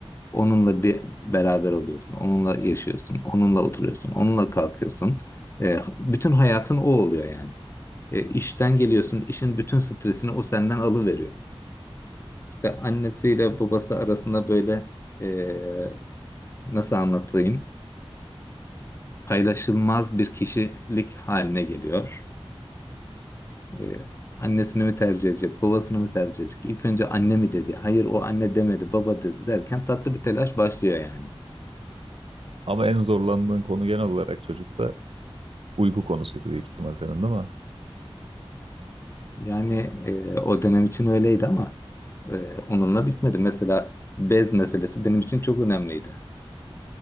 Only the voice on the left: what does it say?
onunla bir beraber oluyorsun, onunla yaşıyorsun, onunla oturuyorsun, onunla kalkıyorsun. Eee, bütün hayatın o oluyor yani. E, işten geliyorsun, işin bütün stresini o senden alıveriyor. İşte annesiyle babası arasında böyle e, nasıl anlatayım? Paylaşılmaz bir kişilik haline geliyor. Ee, annesini mi tercih edecek, babasını mı tercih edecek? İlk önce anne mi dedi? Hayır o anne demedi, baba dedi derken tatlı bir telaş başlıyor yani.
Yani e, o dönem için öyleydi ama e, onunla bitmedi. Mesela bez meselesi benim için çok önemliydi.